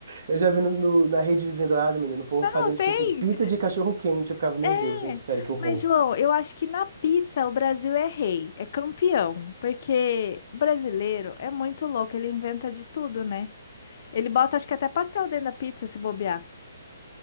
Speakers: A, on the right; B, on the left.
A: Eu já vi no, no- na rede vizinha do lado, menino, o povo
B: Não,
A: fazendo,
B: tem.
A: tipo assim, pizza de cachorro quente. Eu ficava, meu
B: É,
A: Deus, gente, sério, que horror.
B: mas João, eu acho que na pizza o Brasil é rei, é campeão, porque o brasileiro é muito louco, ele inventa de tudo, né? Ele bota, acho que até pastel dentro da pizza, se bobear.